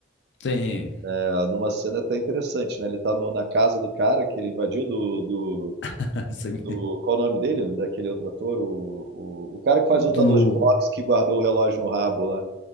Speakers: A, on the left (about 65°); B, on the right (about 55°).
A: Sim.
B: É, numa cena até interessante, né? Ele tá no- na casa do cara que ele invadiu do, do,
A: <laughs> Assim.
B: do- Qual é o nome dele? Daquele outro ator? O, o, o cara que faz lutador
A: Do.
B: de boxe que guardou o relógio no rabo lá.